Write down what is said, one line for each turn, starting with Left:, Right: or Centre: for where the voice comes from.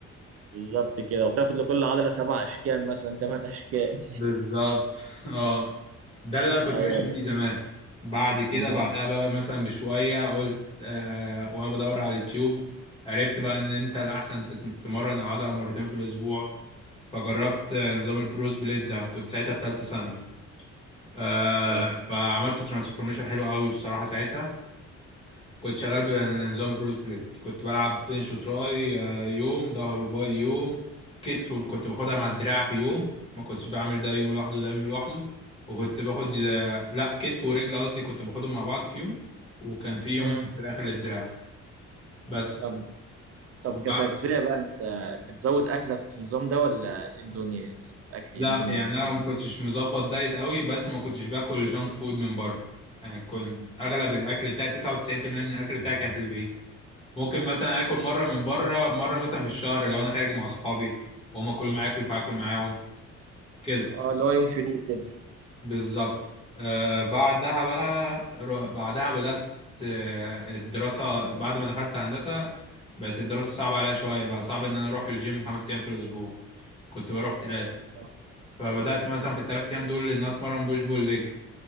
Right: بالظبط كده وتاخد لكل عضله سبع اشكال مثلا ثمان اشكال
Left: بالظبط اه ده اللي انا كنت
Right: <laughs> ايوه
Left: ماشي بيه
Right: ده
Left: زمان بعد كده
Right: تمام
Left: بعدها بقى مثلا بشويه قلت آه وانا بدور على اليوتيوب عرفت بقى ان انت الاحسن تت- تتمرن العضله مرتين في الاسبوع فجربت نظام البروس بليد ده كنت ساعتها في ثالثه ثانوي آه
Right: اه
Left: فعملت ترانسفورميشن حلو قوي بصراحه ساعتها كنت شغال بنظام بروس بليد كنت بلعب بنش وتراي آه يوم ظهر وباي يوم كتف كنت باخدها مع الدراع في يوم ما كنتش بعمل ده يوم لوحده ده يوم لوحده وكنت باخد آه، لا كتف ورجل قصدي كنت باخدهم مع بعض في يوم وكان في يوم
Right: مم.
Left: في الاخر للدراع بس
Right: طب طب
Left: وبعد
Right: كتغذية بقى انت بتزود اكلك في النظام ده ولا ايه الدنيا يعني الاكل
Left: لا
Right: ايه الدنيا
Left: يعني
Right: فيه
Left: انا ما كنتش مظبط دايت قوي بس ما كنتش باكل جانك فود من بره يعني كنت اغلب الاكل بتاعي 99% من الاكل بتاعي كان في البيت ممكن مثلا اكل مره من بره مره مثلا في الشهر لو انا خارج مع اصحابي وهما كلهم هياكلوا فهاكل معاهم كده
Right: اه اللي هو يوم فري كده
Left: بالظبط آه بعدها بقى رو- بعدها بدأت آه، الدراسة بعد ما دخلت هندسة بقت الدراسة صعبة عليا شوية بقى صعب إن أنا أروح الجيم خمس أيام في الأسبوع كنت بروح تلاتة
Right: آه.
Left: فبدأت مثلا في الثلاث أيام دول إن أنا أتمرن بوش بول ليج